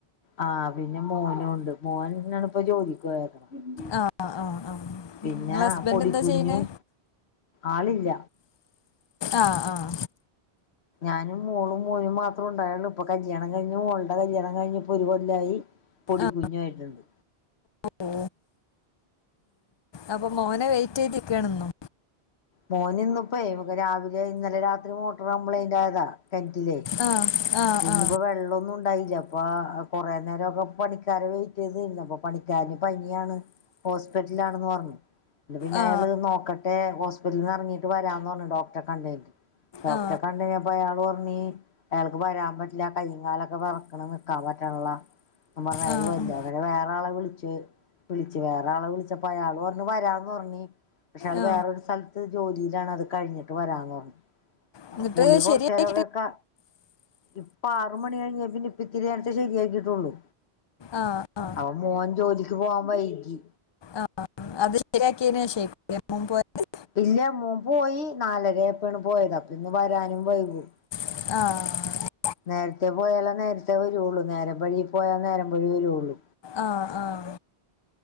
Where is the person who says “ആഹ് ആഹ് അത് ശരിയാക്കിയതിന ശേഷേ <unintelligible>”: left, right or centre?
Left